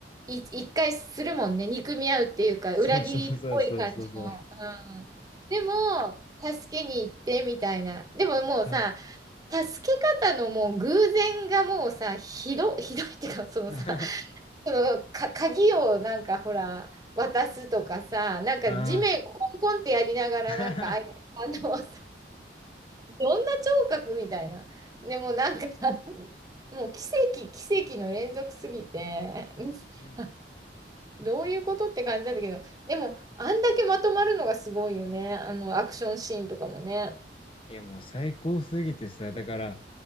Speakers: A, on the right; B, on the left.
A: い、一回するもんね。憎み合うっていうか、
B: そうそうそうそうそうそう。
A: 裏切りっぽい感じの。うん。でも、助けに行ってみたいな。でももうさ、
B: あ
A: 助け方のもう偶然がもうさ、ひど、ひどいっていうか、そのさ、
B: <laughs>
A: そのか、鍵をなんかほら、渡すとかさ、なんか地面をコンコンってやりながら、
B: あー。
A: なんか相手、
B: <laughs>
A: あのさ、どんな聴覚みたいな。でもなんかもう奇跡、奇跡の連続すぎて、<laughs>
B: うん
A: どういうことって感じだったけど、でも、あんだけまとまるのがすごいよね。あの、アクションシーンとかもね。
B: いやもう最高すぎてさ、だから、